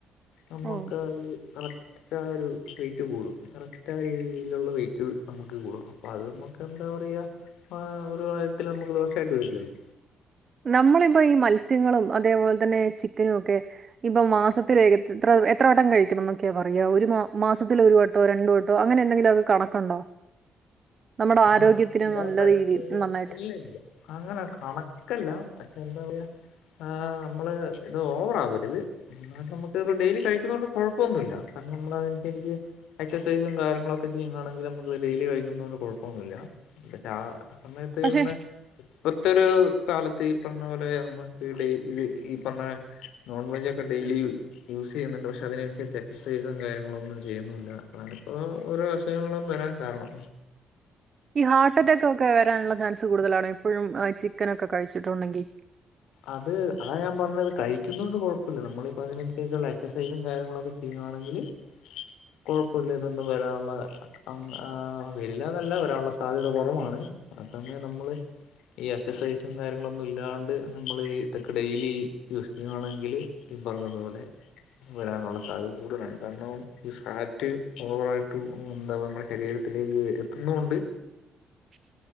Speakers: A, on the left; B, on the right.
A: നമുക്ക്
B: ഓഹ്.
A: ഈകറക്റ്റ് കറക്റ്റായാ ഒരു വെയ്റ്റ് കൂടും കറക്റ്റ് ആ രീതിയിലുള്ള വെയ്റ്റ് നമുക്ക് കൂടും അത് നമുക്ക് എന്താ പറയ ആ ഒരു പ്രായത്തിൽ നമുക്ക് ദോഷായിട്ട് വരില്ലല്ലോ
B: നമ്മളിപ്പോ ഈ മത്സ്യങ്ങളും അതേപോലെ തന്നെ ചിക്കനും ഒക്കെ ഇപ്പം മാസത്തില് എത്ര എത്ര വട്ടം കഴിക്കണം എന്നൊക്കെയാ പറയാ ഒരു മാസത്തില ഒരു വ ഒന്നോ രണ്ട് വട്ടോ അങ്ങെന്തെങ്കിലു മെക്ക കണക്കുണ്ടോ നമ്മുടെ
A: കണക്കില്ല
B: ആരോഗ്യത്തിന് നല്ല
A: പക്ഷേ
B: രീതിയിൽ നന്നായിട്ട്
A: ഇല്ല ഇല്ല അങ്ങനെ കണക്കല്ല പക്ഷെ എന്താ പറയാ ആഹ് നമ്മള് ഇത് ഓവറാവരുത് എന്നാലും നമുക്ക് ഡെയിലി കഴിക്കുന്ന കൊണ്ട് കൊഴപ്പന്നുല്ല കാരണം നമ്മള അതനുസരിച്ച് എക്സൈസും കാര്യങ്ങളൊക്കെ ചെയ്യുകയാണെങ്ക നമുക്ക് ഡെയിലി കഴിക്കുന്നത് കൊണ്ട് കൊഴപ്പ ന്നില്ല പക്ഷെ ആ സമയത്ത്ന്ന്
B: പക്ഷെ
A: മത്തൊരു കാലത്ത് ഈ പറഞ്ഞ പോലെ നമ്മുക്ക്ഡെയിലി ഈ പറഞ്ഞ നോൺവെജ് ഒക്കെ ഡെയിലി യൂസ് ചെയ്യുന്നുണ്ട് പക്ഷെ അതിനനുസരിച്ച് എക്സസൈസും കാര്യങ്ങളും ഒന്നും ചെയ്യുന്നില്ല അതാണിപ്പോ ഓരോ <unintelligible> വരാൻ കാരണം
B: ഈ ഹാർട്ട് അറ്റാക്ക് ഒക്കെ വരാനുള്ള ചാൻസ് കൂടുതലാണ് എ പ്പോഴും ചിക്കനൊക്കെ കഴിച്ചിട്ടുണ്ടെങ്കിൽ
A: അത് അതാ ഞാൻ പറഞ്ഞത് കഴിക്കുന്ന കൊണ്ട് കുഴപ്പമില്ല നമ്മിപ്പോ അതിനനുസരിച്ചുള്ള എക്സസൈസും കാര്യങ്ങളുക്കെ ചെയ്യുവാണെങ്കിൽ
B: <inaudible>
A: കൊഴപ്പില്ല ഇതൊന്നും വരാനുള്ള അ വരില്ല എന്നല്ല വരാനുള്ള സാധ്യത കുറവാണ് അ സമയം നമ്മള് ഈ എക്സസൈസും കാര്യങ്ങളൊന്നും ഇല്ലാണ്ട് നമ്മള് ഇതൊക്കെ ഡെയിലി യൂസ് ചെയ്യവാണെങ്കില് പറഞ്ഞതുപോലെ വരാനുള്ള സാധ്യത കൂടുതലാണ് കാരണം ഈ ഫാറ്റ് ഓവറായിട്ട് എന്താ നമ്മുടെ ശരീര ത്തിലേക്ക് എത്തുന്നൊണ്ട്
B: <inaudible>